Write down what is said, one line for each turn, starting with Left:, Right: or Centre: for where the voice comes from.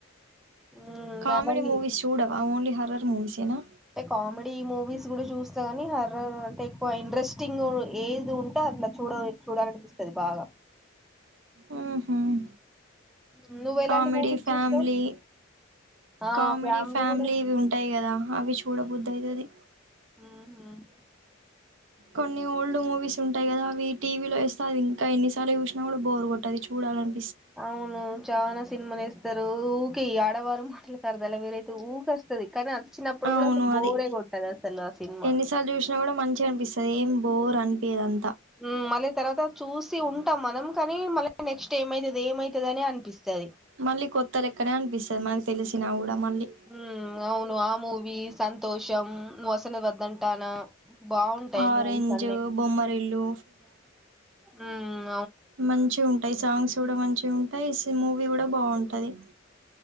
Centre: ఉమ్
Right: కామెడి
Centre: దాంట్లో హి
Right: మూవిస్ చూడవా ఓన్లీ హరర్ మూవీస్ ఎనా
Centre: అంటే కామెడీ మూవీస్ కూడా చూస్తా కానీ, హర్రర్ అంటే ఎక్కువ ఇంట్రెస్టింగ్ ఏది ఉంటే అట్లా చూడవి చూడాలనిపిస్తది బాగా.
Right: ఉహుమ్
Centre: ఉమ్, నువ్వు ఎలాంటి
Right: కామెడి
Centre: మూవీస్
Right: ఫ్యామిలీ
Centre: చూస్తావు ఆ
Right: కామెడీ ఫ్యామిలీ
Centre: కూడా
Right: ఇవి ఉంటాయి కదా అవి చూడబుద్ది అయితది.
Centre: ఉహుమ్
Right: కొన్ని ఓల్డ్ మూవీస్ ఉంటాయి కదా. అవి టీవీలో వేస్తే అది ఇంకా ఎన్నిసార్లు చూశినా కూడా బోర్గొట్టది చూడాలని
Centre: అవును చాలా సినిమాలేస్ వస్తారు ఊకే ఈ ఆడవారు మాటలకి అర్దాలే వేరైతే ఊకె వస్తది. కాద వచ్చినప్పుడు
Right: అవును
Centre: కూడా అసలు బోరే
Right: అది
Centre: కొట్టదు అసలు ఆ సినిమా.
Right: ఎన్నిసార్లు చూసినా కూడా మంచిగా అనిపిస్తది ఏం బోర్ అనిపియదు అం
Centre: ఉమ్ మలే తర్వాత చూసి ఉంటాం మనం కానీ మళ్ళీ నెక్స్ట్ ఏమైతది, ఏమైతది అని అనిపిస్తది.
Right: మళ్ళీ కొత్తలెక్కనే అనిపిస్తది మనకి తెలిసినా కూడా మళ్ళీ
Centre: మ్ అవును ఆ మూవి సంతోషం వసన వ గంటానా బాగుంటాయి
Right: ఆరెంజ్
Centre: మూవీస్ అన్ని
Right: బొమ్మరిల్లు
Centre: మ్
Right: మంచిగ ఉంటాయి, సాంగ్స్ గూడ మంచి ఉంటాయి, సి మూవీ గూడ బావుంటాది.